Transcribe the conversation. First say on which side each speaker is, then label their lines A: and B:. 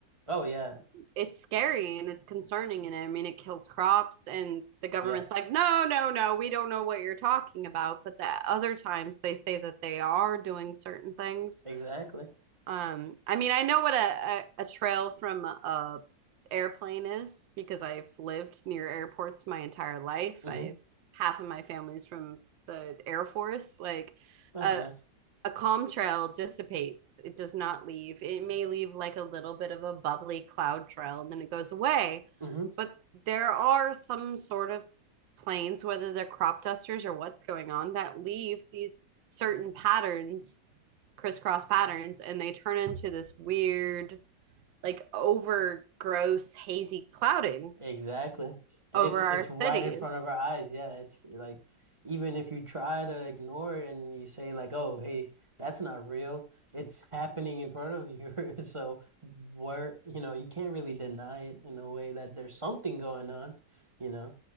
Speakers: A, on the right (about 20°); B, on the right (about 85°).
A: Oh yeah,
B: it's scary and it's concerning and I mean it kills crops and the government's
A: yeah,
B: like no no no we don't know what you're talking about but the other times they say that they are doing certain things
A: exactly.
B: um I mean I know what a a, a trail from a, airplane is because I've lived near airports my entire life
A: Mm-hmm.
B: I've half of my family's from the Air Force like
A: Oh,
B: a,
A: nice.
B: a calm trail dissipates. It does not leave. It may leave like a little bit of a bubbly cloud trail and then it goes away.
A: Mm-hmm.
B: But there are some sort of planes, whether they're crop dusters or what's going on, that leave these certain patterns, crisscross patterns, and they turn into this weird, like over gross, hazy clouding
A: Exactly. And
B: over
A: it's it's
B: our cities.
A: right in front of our eyes. Yeah, it's like even if you try to ignore it and you say like, "Oh, hey, that's not real." It's happening in front of you. <laughs> So where, you know, you can't really deny it in a way that there's something going on, you know.